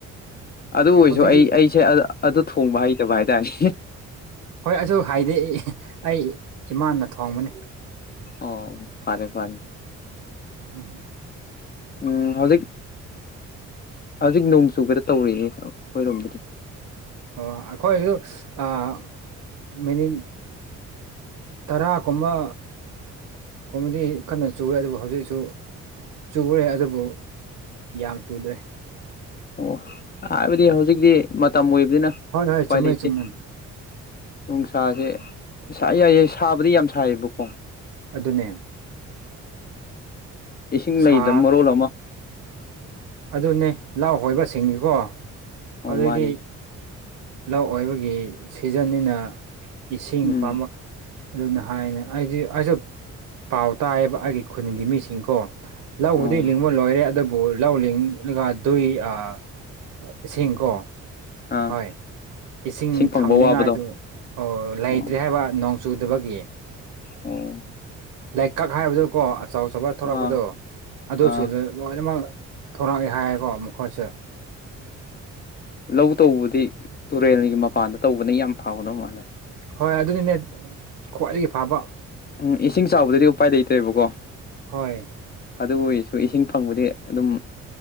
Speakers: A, on the left (about 35°); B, on the right (about 80°).
A: ꯑꯗꯨ ꯑꯣꯏꯔꯁꯨ
B: ꯍꯧꯖꯤꯛꯇꯤ
A: ꯑꯩ ꯑꯩꯁꯦ ꯑꯗꯨ ꯊꯣꯡꯕ ꯍꯩꯇꯕ ꯍꯥꯏꯇꯥꯔꯦ꯫
B: ꯍꯣꯏ ꯑꯗꯨꯁꯨ ꯍꯥꯏꯗꯦ ꯑꯩ ꯏꯃꯥꯟꯅ ꯊꯣꯡꯕꯅꯤ꯫
A: ꯑꯣ ꯐꯥꯔꯦ ꯐꯔꯦ꯫
B: ꯎꯝ꯫
A: ꯎꯝ ꯍꯧꯖꯤꯛ ꯍꯧꯖꯤꯛ ꯅꯣꯡ ꯆꯨꯒꯗ ꯇꯧꯔꯤꯛꯌꯦ ꯑꯩꯈꯣꯏꯔꯣꯝꯕꯗꯤ
B: ꯑꯣ ꯑꯩꯈꯣꯏꯁꯨ ꯑꯥ ꯃꯦꯅꯤ ꯇꯔꯥꯒꯨꯝꯕ ꯀꯨꯝꯕ ꯀꯨꯝꯕꯗꯤ ꯀꯟꯅ ꯆꯏꯦ ꯑꯗꯨꯕꯨ ꯍꯧꯖꯤꯛꯁꯨ ꯆꯨꯔꯦ ꯑꯗꯨꯕꯨ ꯌꯥꯝ ꯆꯨꯗ꯭ꯔꯦ
A: ꯑꯣ ꯍꯥꯏꯕꯗꯤ ꯍꯧꯖꯤꯛꯇꯤ ꯃꯇꯝ ꯑꯣꯏꯕꯅꯤꯅ
B: ꯍꯣꯏ ꯍꯣꯏ
A: ꯎꯄꯥꯏ
B: ꯆꯨꯝꯃꯦ
A: ꯂꯩꯇꯦ
B: ꯆꯨꯝꯃꯦ
A: ꯅꯨꯡꯁꯥꯁꯦ ꯁ ꯌꯥꯏ ꯌꯦꯏ ꯁꯥꯕꯗꯤ ꯌꯥꯝ ꯁꯥꯏꯌꯦꯕꯀꯣ
B: ꯑꯗꯨꯅꯦ
A: ꯏꯁꯤꯡ
B: ꯁꯥ
A: ꯂꯩꯗꯕ ꯃꯔꯣꯜ ꯑꯃ
B: ꯑꯗꯨꯅꯦ ꯂꯧ ꯍꯣꯏꯕ ꯁꯤꯡꯅꯤꯀꯣ ꯍꯧꯖꯤꯛꯇꯤ
A: ꯑꯣ ꯃꯥꯅꯤ
B: ꯂꯧ ꯑꯣꯏꯕꯒꯤ ꯁꯤꯖꯟꯅꯤꯅ ꯏꯁꯤꯡ
A: ꯎꯝ
B: ꯄꯝꯕ ꯑꯗꯨꯅ ꯍꯥꯏꯅ ꯑꯩꯗꯤ ꯑꯩꯁꯨ ꯄꯥꯎ ꯇꯥꯏꯌꯦꯕ ꯑꯩꯒꯤ ꯈꯨꯟꯒꯤ ꯃꯤꯁꯤꯡꯀꯣ ꯂꯕꯨꯗꯤ
A: ꯑꯣ
B: ꯂꯤꯡꯕ ꯂꯣꯏꯔꯦ ꯑꯗꯨꯕꯨ ꯂꯧ ꯂꯤꯡꯉꯒ ꯑꯗꯨꯏ ꯑꯥ ꯏꯁꯤꯡ ꯀꯣ
A: ꯑꯥ
B: ꯍꯣꯏ ꯏꯁꯤꯡ
A: ꯐꯪꯕ
B: ꯊꯝꯅꯤꯉꯥꯏꯗꯨ
A: ꯋꯥꯕꯗꯣ
B: ꯑꯣ ꯂꯩꯇ꯭ꯔꯦ
A: ꯑꯣ
B: ꯍꯥꯏꯕ ꯅꯣꯡ ꯆꯨꯗꯕꯒꯤ
A: ꯑꯣ
B: ꯂꯩ ꯀꯛ ꯍꯥꯏꯕꯗꯣꯀꯣ ꯑꯆꯧ ꯑꯆꯧꯕ ꯊꯂꯛꯄꯗꯣ
A: ꯑꯥ
B: ꯑꯗꯨꯁꯨ
A: ꯑꯥ
B: ꯂꯣꯏꯅꯃꯛ ꯊꯣꯔꯛꯑꯦ ꯍꯥꯏꯌꯦꯀꯣ ꯃꯈꯣꯏꯠꯁꯦ
A: ꯂꯧ ꯇꯧꯕꯗꯤ ꯇꯨꯔꯦꯜꯒꯤ ꯃꯄꯥꯟꯗ ꯇꯧꯕꯅ ꯌꯥꯝ ꯐꯥꯎꯒꯗꯧ ꯃꯥꯜꯂꯦ
B: ꯍꯣꯏ ꯑꯗꯨꯗꯤꯅꯦ ꯈ꯭ꯋꯥꯏꯗꯒꯤ ꯐꯕ
A: ꯎꯝ ꯏꯁꯤꯡ ꯆꯥꯎꯕꯗꯗꯤ ꯎꯄꯥꯏ ꯂꯩꯇ꯭ꯔꯦꯕꯀꯣ
B: ꯍꯣꯏ
A: ꯑꯗꯨ ꯑꯣꯏꯔꯁꯨ ꯏꯁꯤꯡ ꯐꯪꯕꯗꯤ ꯑꯗꯨꯝ